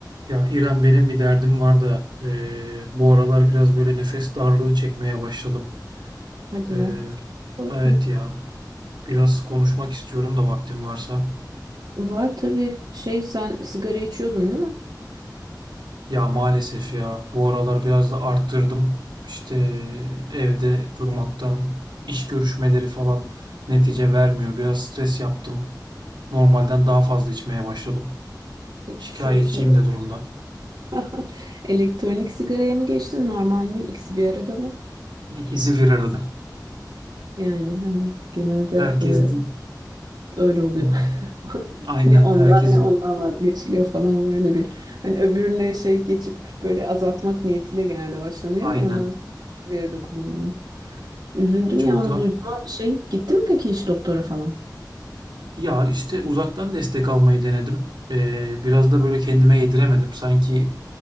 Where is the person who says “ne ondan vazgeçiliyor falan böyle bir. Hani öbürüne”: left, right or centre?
Right